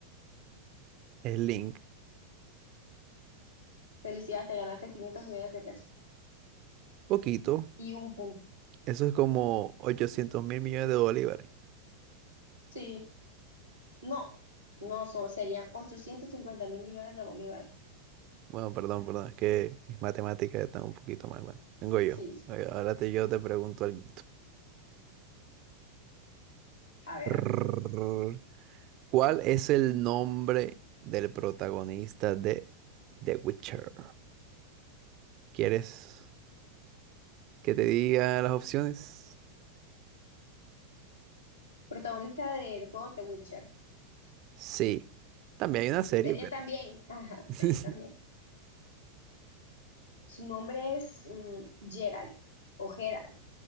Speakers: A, on the right; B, on the left.
A: es Link.
B: Felicidades, te ganaste 500 millones de pesos
A: Poquito.
B: y un punto.
A: Eso es como 800 mil millones de bolívares.
B: Sí, no, no son, serían 850 mil millones de bolívares.
A: Bueno, perdón, perdón, es que mis matemáticas están un poquito mal. Bueno, vengo yo.
B: Sí, sí.
A: Oye, Ahora te, yo te pregunto algo.
B: A ver,
A: Prrrr.
B: a ver.
A: ¿Cuál es el nombre del protagonista de The Witcher? ¿Quieres que te diga las opciones?
B: Protagonista del juego The Witcher.
A: Sí. También hay una serie,
B: Y serie
A: pero...
B: también. <laughs> Ajá,
A: <laughs>
B: serie también. Su nombre es mm, Gerald o Gerald,